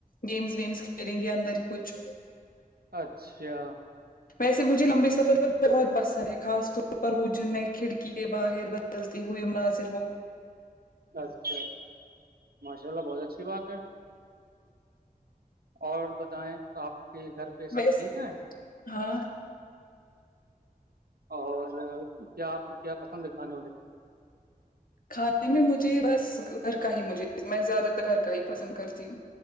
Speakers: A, on the left; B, on the right.
A: گیمس ویمس کھیلیں گے اندر ہی کچھ
B: اچھا
A: ویس مجھے لمبے سفر پر بہت پسند ہے خاص طور پر وہ جن میں کھڑکی کے باہر بدلتی ہوئے ناذر ہووں
B: اچھا ماشاء اللہ بہت اچھی بات ہے اور بتائیں آپ کے گھر پہ سب
A: ویس
B: ٹھیک ہے
A: ہاں
B: اور کیا آپ کو کیا پسند ہے کھانے ہونے
A: کھانے میں مجھے بس گھر کا ہی مجھے میں زیادہ تر گھر کا ہی پسند کرتی ہوں